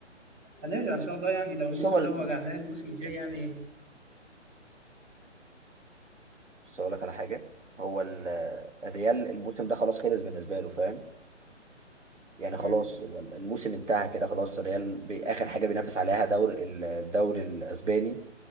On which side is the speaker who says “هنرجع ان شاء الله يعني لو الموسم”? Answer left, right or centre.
Right